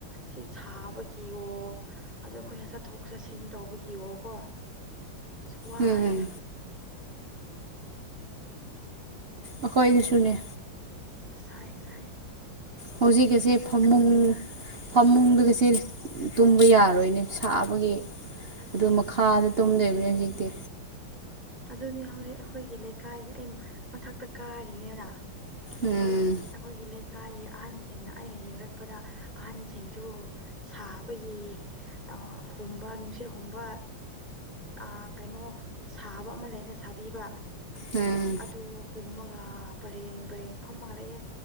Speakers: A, in the centre; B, on the right.
A: ꯁꯤ ꯁꯥꯕꯒꯤꯌꯣ ꯑꯗꯣ ꯑꯩꯈꯣꯏꯅ ꯆꯠꯊꯣꯛ ꯆꯠꯁꯤꯟ ꯇꯧꯕꯒꯤꯌꯣ ꯀꯣ ꯑꯁ ꯋꯥꯔꯦ
B: ꯎꯝ ꯑꯩꯈꯣꯏ ꯁꯨꯅꯦ
A: ꯑꯁ ꯁꯥꯏꯌ‌ꯦ ꯁꯥꯏꯌ‌ꯦ
B: ꯍꯧꯖꯤꯛ ꯑꯁꯦ ꯐꯃꯨꯡ ꯐꯃꯨꯡꯗꯒꯁꯦ ꯇꯨꯝꯕ ꯌꯥꯔꯣꯏꯅꯦ ꯁꯥꯕꯒꯤ
A: ꯑꯁ
B: ꯑꯗꯨ ꯈꯥꯗ ꯇꯨꯝꯗꯣꯏꯕꯅꯦ ꯍꯧꯖꯤꯛꯇꯤ
A: ꯑꯗꯨꯅꯦ ꯍꯧꯖꯤꯛ ꯑꯩꯈꯣꯏꯒꯤ ꯂꯩꯀꯥꯏꯒꯤ ꯑꯩ ꯃꯊꯛꯇ ꯀꯥꯔꯤꯅꯦꯅ
B: ꯎꯝ
A: ꯑꯗꯨ ꯑꯩꯈꯣꯏꯒꯤ ꯂꯩꯀꯥꯏꯒꯤ ꯑꯍꯟꯁꯤꯡꯅ ꯑꯩꯅ ꯌꯦꯡꯔꯛꯄꯗ ꯑꯍꯟꯁꯤꯡꯁꯨ ꯁꯥꯕꯒꯤ ꯑꯥ ꯍꯨꯝꯕ ꯅꯨꯡꯁꯤꯠ ꯍꯨꯝꯕ꯫ ꯑꯥ ꯀꯩꯅꯣ ꯁꯥꯕ ꯑꯃ ꯂꯩꯅ ꯁꯥꯕꯤꯕ꯫
B: ꯎꯝ
A: ꯑꯗꯨ ꯍꯨꯝꯃꯒ ꯄꯔꯦꯡ ꯄꯔꯦꯡ ꯐꯝꯃꯒ ꯂꯩꯌ‌ꯦ꯫